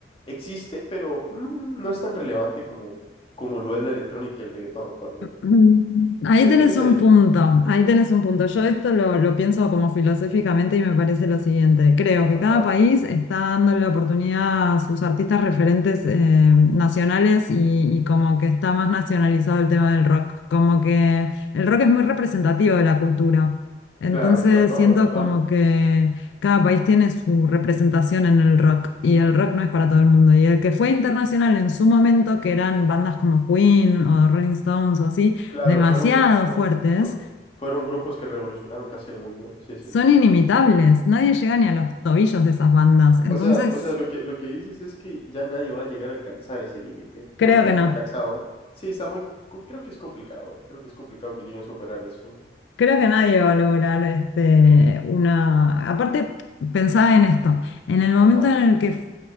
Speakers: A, on the left; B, on the left.
A: existe, pero mm, no es tan relevante como, como lo es la electrónica y el reggaetón actualmente.
B: Mm, Ahí
A: O sea,
B: tenés
A: ¿qué pensaría?
B: un punto, ahí tenés un punto. Yo esto lo, lo pienso como filosóficamente y me parece lo siguiente. Creo que
A: Ajá,
B: cada país está dando la oportunidad a sus artistas referentes eh, nacionales y, y como que está más nacionalizado el tema del rock. Como que el rock es muy representativo de la cultura. Entonces
A: claro, claro, no,
B: siento
A: no, total.
B: como que cada país tiene su representación en el rock y el rock no es para todo el mundo. Y el que fue internacional en su momento, que eran bandas como Queen o Rolling Stones o así,
A: Claro,
B: demasiado
A: fueron, fue-
B: fuertes,
A: fue- fueron grupos que revolucionaron casi el mundo. Sí, sí,
B: son
A: sí.
B: inimitables. Nadie llega ni a los tobillos de esas bandas. Entonces,
A: O sea, o sea, lo que, lo que dices es que ya nadie va a llegar a alcanzar ese límite,
B: creo
A: porque ya
B: que no.
A: fue alcanzado. Sí, está muy, creo que es complicado, eh, Creo que es complicado que lleguen a superar eso.
B: Creo que nadie va a lograr este, una... Aparte, pensaba en esto, en el momento
A: Ajá.
B: en el que f-